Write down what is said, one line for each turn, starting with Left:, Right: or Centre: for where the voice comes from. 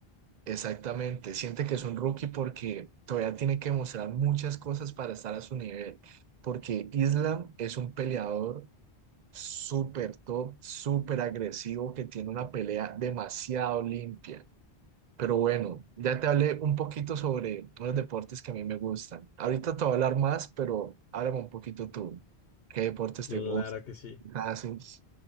Right: Exactamente, siente que es un rookie porque todavía tiene que demostrar muchas cosas para estar a su nivel, porque Islam es un peleador súper top, súper agresivo, que tiene una pelea demasiado limpia. Pero bueno, ya te hablé un poquito sobre los deportes que a mí me gustan. Ahorita te voy a hablar más, pero háblame un poquito tú. ¿Qué deportes
Left: Claro
Right: te gustan?
Left: que sí.
Right: ¿Qué haces?